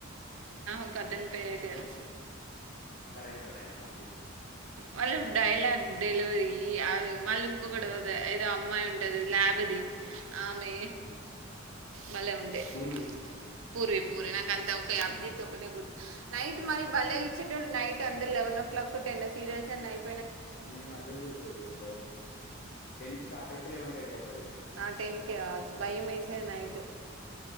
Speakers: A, on the right; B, on the left.
A: ఇగదంతే ఏదయినా
B: కర్రాగా ఉంటాడయినా అభిజిత్
A: వాళ్ళు డైలాగ్ డెలివరీ అవి మళ్ళీ ఇంకొకటి
B: హ్మ్.
A: పోతే ఏదో అమ్మాయి ఉంటది ల్యాబ్ ది ఆమె
B: హ్మ్
A: భలే ఉండేది
B: పూర్వీ
A: పూర్వి పూరి నాకంత ఒకే అబ్జిత్ ఒకటే గుర్త్ గుడ్ నైట్ మరీ బలే ఇచ్చేటోడు నైట్ అందరు లెవెనో ఒక్కటేనా సీరియల్స్ అన్ని అయి
B: మేము అదే చూసేదక్క టెన్ కి స్టార్ట్ అయితే లెవెన్ కి అయిపోతది.
A: ఆ టెన్ కేే కావచ్చు భయం ఏసేది నైట్